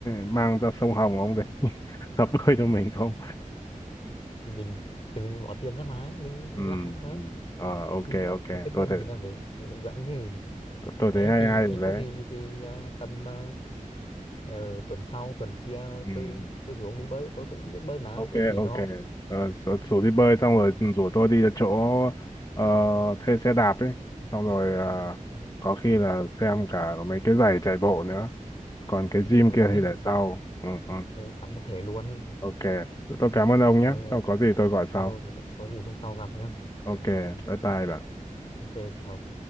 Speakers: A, on the left; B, on the left.
A: mang ra sông Hồng ông đấy <laughs> tập bơi cho mình không
B: thì mình thì mình bỏ tiền ra mà mình
A: ừ
B: mình là khách mà
A: ừ. ờ ok
B: thì,
A: ok
B: thì tất
A: tôi
B: nhiên
A: thấy
B: người ta phải, phải hướng dẫn chứ
A: tôi
B: đấy
A: thấy hay
B: thì
A: hay
B: thì
A: rồi đấy
B: có gì thì à, tầm à, ờ, tuần sau tuần kia
A: ừ
B: tôi
A: ừ.
B: tôi rủ ông đi bơi tôi cũng biết bơi mà
A: OK
B: tôi chỉ
A: OK，ờ,
B: cho
A: sợ- rủ rủ đi bơi xong rồi ừ, rủ tôi đi chỗ ờ, thuê xe đạp ấy, xong rồi ờ,
B: ừ.
A: có khi là xem cả mấy cái giày chạy bộ nữa, còn cái gym
B: Ừ,
A: kia
B: đấy
A: thì để sau. Ừ, ừ.
B: Thế sắm một thể luôn.
A: OK, tôi cảm ơn ông
B: Đấy,
A: nhé,
B: đấy.
A: xong có gì tôi gọi
B: Ờ,
A: sau.
B: có gì hôm sau gặp nhá.
A: OK, bye bye bạn.
B: Ok, chào.